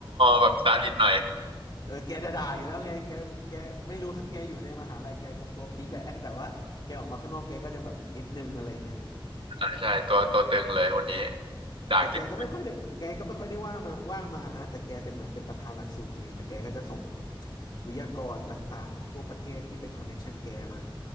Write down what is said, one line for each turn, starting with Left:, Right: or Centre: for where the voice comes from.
Right: แบบสตาร์ดิตหน่อย
Left: <laughs> เออแกจะด่าอยู่แล้วไงแกแกไม่รู้แกอยู่ในมหาลัยแกคงตัวพีคแหละแต่ว่าแกออกมาข้างนอกแกก็จะแบบนิดนึงอะไรเงี้ย
Right: ใช่ใช่ตัวตัวตึงเลยคนนี้ด่าเก่ง
Left: แต่แกก็ไม่ค่อยได้แกก็ไม่ค่อยได้ว่ามาว่างมานะแต่แกเป็นเหมือนเป็นประธานหลักสูตรไงแต่แกก็จะส่ง วิทยากรต่างๆทั่วประเทศที่เป็นคอนเน็กชันแกมา